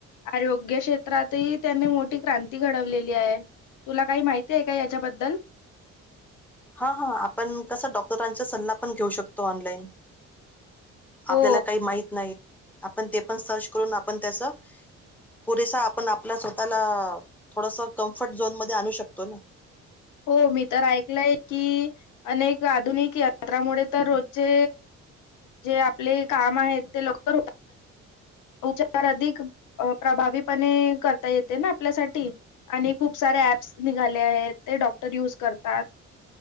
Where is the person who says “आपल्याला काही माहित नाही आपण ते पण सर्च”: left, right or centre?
Centre